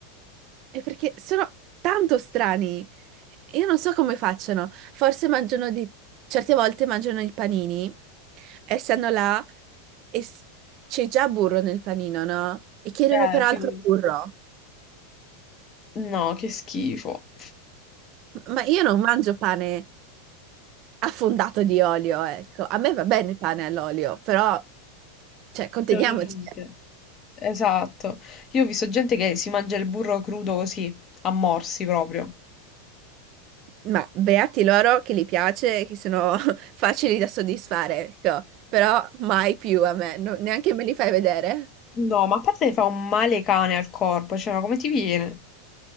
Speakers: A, on the right; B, on the left.
A: E perché sono tanto strani. Io non so come facciano. Forse mangiano dei... certe volte mangiano i panini e stanno là e s- c'è già burro nel panino, no? E chiedono
B: Eh,
A: peraltro
B: figurati.
A: burro.
B: No, che schifo.
A: Ma io non mangio pane affondato di olio, ecco. A me va bene il pane all'olio, però, cioè, conteniamoci.
B: C'è un limite. Esatto. Io ho visto gente che si mangia il burro crudo così, a morsi proprio.
A: Ma beati loro che li piace, che sono <laughs> facili da soddisfare, ecco. Però mai più a me, non- neanche me li fai vedere.
B: No, ma a parte fa un male cane al corpo, cioè, ma come ti viene?